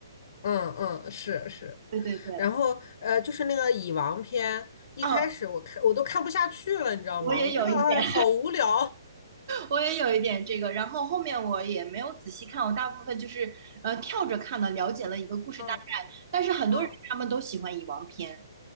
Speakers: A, on the left (about 55°); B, on the right (about 45°).
A: 嗯嗯，是是，
B: 对对对，
A: 然后呃，就是那个蚁王篇，一开始我看我都看不下去了，
B: 嗯，
A: 你知道吗？
B: 我也有一点。
A: 我觉得哎，好无聊，
B: 我也有一点这个，然后后面我也没有仔细看，我大部分就是呃跳着看的，了解了一个故事大概。
A: <laughs> 嗯
B: 但是很多人他们都喜欢蚁王篇，
A: 嗯。